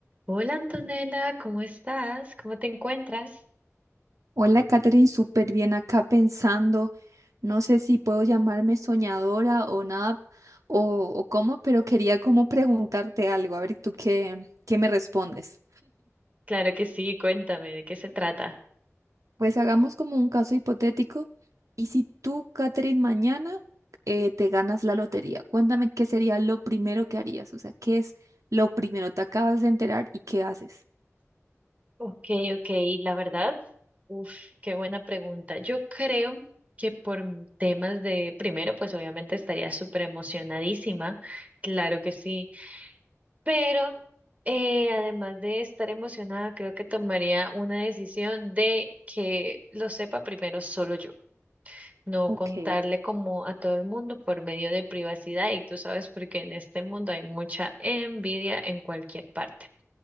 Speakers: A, on the right; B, on the right.
A: Hola Antonella, ¿cómo estás? ¿Cómo te encuentras?
B: Hola, Katherine, súper bien acá pensando. No sé si puedo llamarme soñadora o nada, o, o cómo, pero quería como preguntarte algo, a ver tú qué, qué me respondes.
A: Claro que sí, cuéntame, ¿de qué se trata?
B: Pues hagamos como un caso hipotético. Y si tú, Katherine, mañana eh, te ganas la lotería, cuéntame qué sería lo primero que harías, o sea, qué es lo primero, te acabas de enterar y qué haces
A: Ok, ok, la verdad, uf, qué buena pregunta. Yo creo que por m- temas de, primero, pues obviamente estaría súper emocionadísima, claro que sí, pero eh, además de estar emocionada, creo que tomaría una decisión de que lo sepa primero solo yo. no
B: Ok,
A: contarle como a todo el mundo por medio de privacidad y tú sabes porque en este mundo hay mucha envidia en cualquier parte.